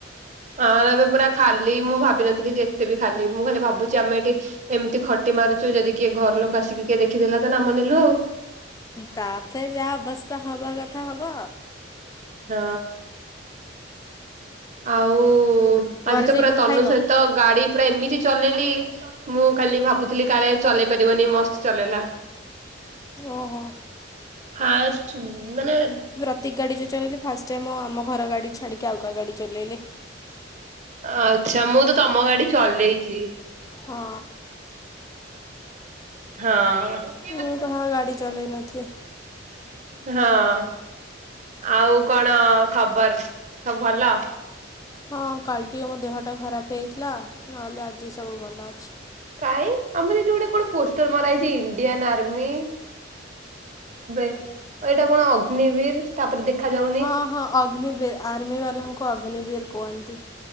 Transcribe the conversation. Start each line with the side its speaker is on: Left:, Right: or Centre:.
Right: ହଁ ଏବେ ପୁରା ଖାଲି ମୁଁ ଭାବିିନଥିଲି ଯେ ଏତେ ବି ଖାଲି ମୁଁ ଖାଲି ଭାବୁଛି ଆମେ ଏଠି ଏମିତି ଖଟି ମାରୁଛୁ ଯଦି କିଏ ଘର ଲୋକ ଆସିକି କିଏ ଦେଖିଦେଲା ତ ନାମ ନେଲୁ ଆଉ।
Left: ତାପରେ ଯାହା ଅବସ୍ଥା ହବା କଥା ହବ।
Right: ହଁ ଆଉ
Left: ଘରେ
Right: ଆଜି ତ
Left: ଯାଇ
Right: ପୁରା
Left: କଣ
Right: ତନୁ
Left: ଖାଇବ?
Right: ସହିତ ଗାଡି ପୁରା ଏମିତି ଚଲେଇଲି ମୁଁ ଖାଲି ଭାବୁଥିଲି କାଳେ ଚଲେଇ ପାରିବନି ମସ୍ତ୍ ଚଲେଇଲା।
Left: ଓହୋ।
Right: ଫାଷ୍ଟ୍ ମାନେ
Left: ଏ ଗାଡି ଯୋଉଁ ଚଲେଇଲି ଫାଷ୍ଟ୍ ଟାଇମ୍ ଆମ ଘର ଗାଡି ଛାଡିକି ଆଉ କାହା ଗାଡି ଚଲେଇଲି।
Right: ଆଚ୍ଛା ମୁଁ ତ ତମ ଗାଡି ଚଲେଇଚି।
Left: ହଁ।
Right: ହଁ।
Left: ମୁଁ କାହା ଗାଡ଼ି ଚଲେଇ ନଥିଲି।
Right: ହଁ ଆଉ କଣ ଖବର୍ ସବୁ ଭଲ।
Left: ହଁ କାଲି ଟିକେ ମୋ ଦେହଟା ଖରାପ୍ ହେଇଥିଲା ନହେଲେ ଆଜି ସବୁ ଭଲ ଅଛି।
Right: କାଇଁ ଆମର ଏଇଠି ଗୋଟେ କଣ ପୋଷ୍ଟର ମରାଇଛି ଇଡିଆନ୍ ଆର୍ ମମି ଏଇଟା କଣ ଅଗ୍ନିବୀର୍। ତାପରେ ଦେଖାଯାଉ
Left: ହଁ- ହଁ ଅଗ୍ନିବୀର୍ ଆର୍ମି ବାଲାଙ୍କୁ ଅଗ୍ନିବୀର୍ କୁହନ୍ତି।